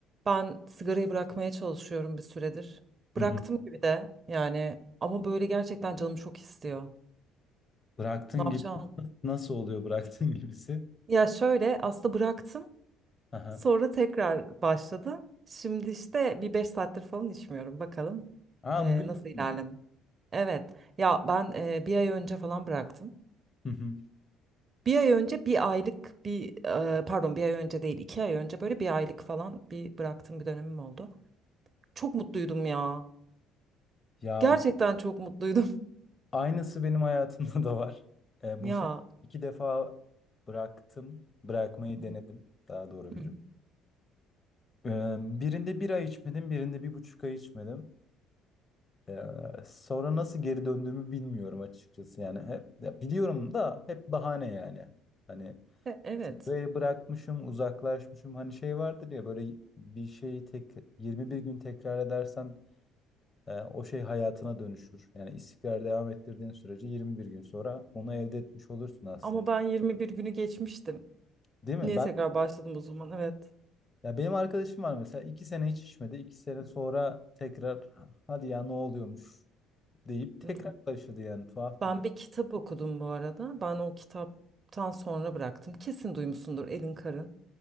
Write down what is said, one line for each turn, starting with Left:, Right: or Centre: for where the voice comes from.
Right: Ben sigarayı bırakmaya çalışıyorum bir süredir.
Left: Hı
Right: Bıraktım
Left: hı.
Right: gibi de yani ama böyle gerçekten canım çok istiyor.
Left: Bıraktığın
Right: Ne yapacağım?
Left: gibi nasıl oluyor bıraktığın gibisi?
Right: Ya şöyle aslında bıraktım
Left: Aha.
Right: sonra tekrar başladım. Şimdi işte bir 5 saattir falan içmiyorum bakalım
Left: Aa
Right: e,
Left: bugün
Right: nasıl
Left: yapmıyor.
Right: ilerleme. Evet ya ben e, bir ay önce falan bıraktım.
Left: Hı hı.
Right: Bir ay önce bir aylık bir e, pardon bir ay önce değil iki ay önce böyle bir aylık falan bir bıraktığım bir dönemim oldu. Çok mutluydum ya.
Left: Ya
Right: Gerçekten çok mutluydum.
Left: aynısı benim hayatımda da var.
Right: <laughs>
Left: E,
Right: Ya
Left: bu sene iki defa bıraktım. Bırakmayı
Right: Hı
Left: denedim. Daha doğru bir
Right: hı.
Left: cümle. E, birinde bir ay içmedim, birinde bir buçuk ay içmedim. E, sonra nasıl geri döndüğümü bilmiyorum açıkçası. Yani hep ya biliyorum da hep bahane yani. Hani
Right: E- Evet.
Left: Spreyi bırakmışım, uzaklaşmışım. Hani şey vardır ya böyle bir şeyi tek 21 gün tekrar edersen e, o şey hayatına dönüşür. Yani istikrar devam ettirdiğin sürece 21 gün sonra onu elde etmiş olursun aslında.
Right: Ama ben 21 günü geçmiştim.
Left: Değil mi?
Right: Niye
Left: Ben
Right: tekrar başladım o zaman? Evet.
Left: ya benim arkadaşım var mesela 2 sene hiç içmedi. iki sene sonra tekrar hadi ya ne oluyormuş deyip
Right: Hı.
Left: tekrar başladı yani tuhaf
Right: Ben
Left: bir durum.
Right: bir kitap okudum bu arada. Ben o kitaptan sonra bıraktım. Kesin duymuşsundur Elin Kar'ın.